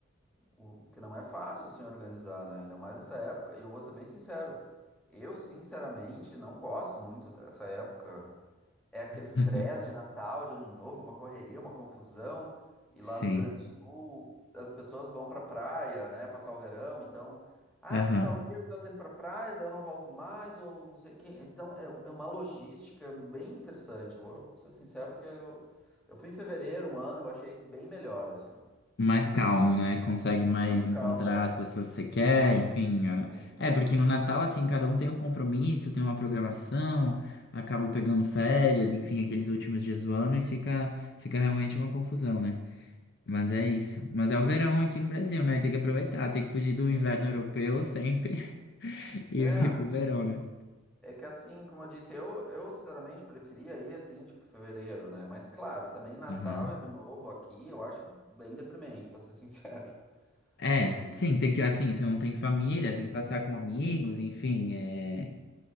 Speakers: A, in the centre; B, on the left.
A: o que não é fácil, assim, organizar, né? Ainda mais essa época. E eu vou ser bem sincero, eu, sinceramente, não gosto muito dessa época. É aquele
B: <laughs>
A: estresse de Natal, de Ano Novo, é uma correria, uma confusão. E
B: sim.
A: lá no Rio Grande do Sul, as pessoas vão pra praia, né, passar o verão. Então, ah,
B: Aham.
A: porque tal dia eu tô indo pra praia, daí eu não volto mais, ou não sei quem. Então, é, é uma logística bem estressante. Vou ser sincero que eu, eu fui em fevereiro um ano, eu achei bem melhor, assim, ó.
B: mais calmo, né? Consegue mais
A: Mas
B: encontrar
A: calma, é.
B: as pessoas que você quer, enfim. a-
A: Sim,
B: É, porque no Natal, assim, cada um tem um compromisso, tem uma programação, acaba pegando férias, enfim, aqueles últimos dias do ano e fica, fica realmente uma confusão, né? Mas é isso. Mas é o verão aqui no Brasil, né? Tem que aproveitar, tem que fugir do
A: sim.
B: inverno europeu sempre <laughs> e
A: É.
B: vir pro verão, né?
A: É que assim, como eu disse, eu, eu sinceramente preferia ir assim, tipo, fevereiro, né? Mas claro, também Natal
B: Aham.
A: e Ano Novo aqui eu acho bem deprimente, pra ser <laughs> sincero,
B: É,
A: né?
B: sim, tem que, assim, se não tem família, tem que passar com amigos,
A: Sim.
B: enfim, é...